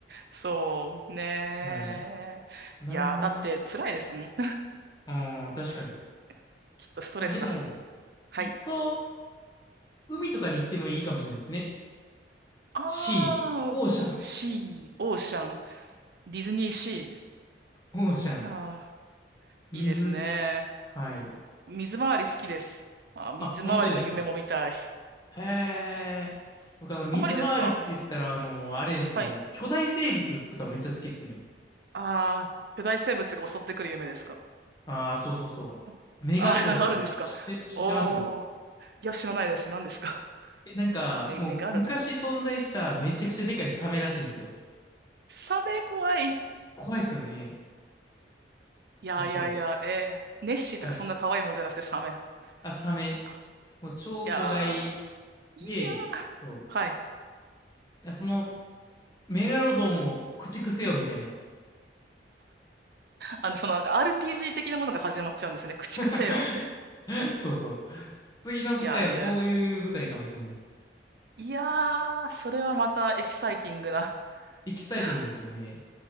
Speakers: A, on the right; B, on the left.
A: そうねー。
B: はい。なるほどな。
A: いやー、だって辛いですもん。
B: ああ、確かに。
A: <laughs> きっとストレスだ。
B: まあでも、
A: はい。
B: いっそ、海とかに行ってもいいかもしれないですね。
A: あ
B: シー、オーシャン、
A: ー、シー、オーシャン、ディズニーシ
B: オーシャン、
A: ー。あ
B: 水。
A: ー、いいですね。
B: はい。
A: 水回り好きです。あー、水回りの夢も見たい。
B: あ、本当ですか。へえ。僕あの、水回りって言ったら、
A: あんまりですか
B: あの、あれですね、
A: はい。
B: 巨大生物とかめっちゃ好きですね。
A: あー、巨大生物が襲ってくる夢ですか
B: ああ、そうそうそう。
A: あ、
B: メガロドンとか知って、
A: あ <laughs> あるんですかおー。
B: 知ってます
A: いや、知らないです。何ですか
B: え、なんか、
A: ね、
B: もう昔存在しためちゃくちゃでかいサメらしいんですよ。
A: ネガルドンサメ怖い。
B: 怖いですよね。い
A: いやいやいや、
B: や、そ
A: えーネッシーとかそんな可愛いもんじゃなくてサメ。
B: う。はい。あ、サメ。
A: あ
B: もう超巨大
A: いやー、
B: で、
A: いやー、
B: そう。
A: はい。
B: いやその、メガロドンを駆逐せよみたいな。
A: あの、そのなんか RPG 的なものが始まっちゃうんですね。駆逐せよって。
B: <laughs> そうそう。次の舞台はそういう舞台かもしれないです。
A: いやいや、いやー、それはまたエキサイティングな。
B: エキサイティングですよね。
A: <laughs>